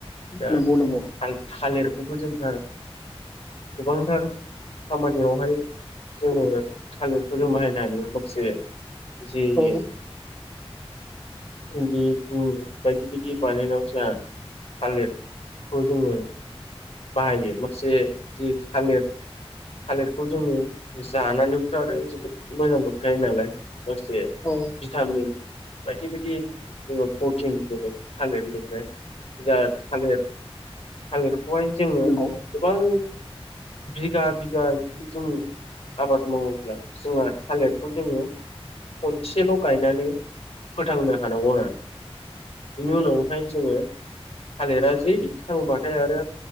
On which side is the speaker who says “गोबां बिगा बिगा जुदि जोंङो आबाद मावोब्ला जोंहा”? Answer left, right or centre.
Left